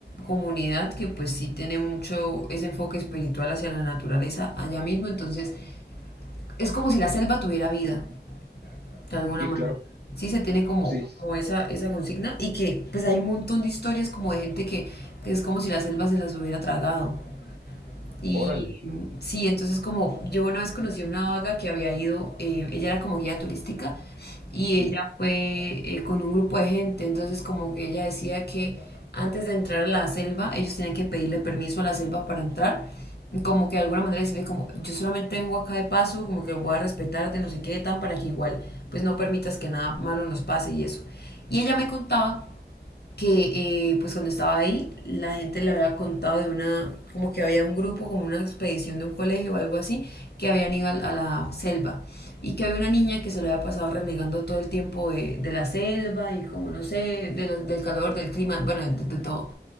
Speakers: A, on the left; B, on the right.
A: comunidad que pues sí tiene mucho ese enfoque espiritual hacia la naturaleza allá mismo, entonces es como si la selva tuviera vida. de alguna
B: sí,
A: manera.
B: claro.
A: Sí, se tiene como,
B: Sí,
A: como esa, esa consigna y que pues hay un montón de historias como de gente que, que es como si la selva se las hubiera tragado. Y
B: órale.
A: mm, sí, entonces como yo una vez conocí a una vaga que había ido, eh, ella era como guía turística y
B: Sí,
A: ella fue eh, con un grupo de gente, entonces como que ella decía que antes de entrar a la selva ellos tenían que pedirle permiso a la selva para entrar, y como que de alguna manera decirle como yo solamente vengo acá de paso, como que voy a respetarte, no sé qué, tan para que igual pues no permitas que nada malo nos pase y eso. Y ella me contaba que eh, pues cuando estaba ahí la gente le había contado de una, como que había un grupo, como una expedición de un colegio o algo así, que habían ido a, a la selva y que había una niña que se lo había pasado renegando todo el tiempo de, de la selva y como no sé, de lo- del calor, del clima, bueno, de, de todo.